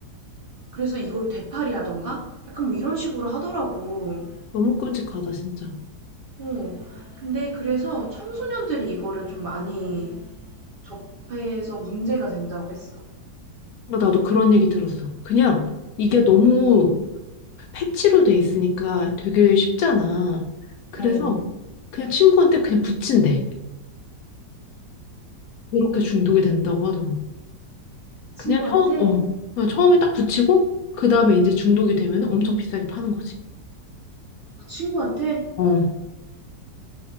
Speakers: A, on the right (about 80°); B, on the left (about 70°).
A: 그래서 이거를 되팔이 하던가 약간 뭐 이런 식으로 하더라고.
B: 너무 끔찍하다, 진짜.
A: 어. 근데 그래서 청소년들이 이거를 좀 많이 접해서 문제가 된다고 했어.
B: 그러니까 나도 그런 얘기 들었어. 그냥 이게 너무 패치로 돼 있으니까 되게 쉽잖아. 그래서
A: 어.
B: 그냥 친구한테 그냥 붙인대. 이렇게 중독이 된다고 하더라고.
A: 친구한테?
B: 그냥 처음, 어. 그냥 처음에 딱 붙이고, 그 다음에 이제 중독이 되면 엄청 비싸게 파는 거지.
A: 아, 친구한테?
B: 어.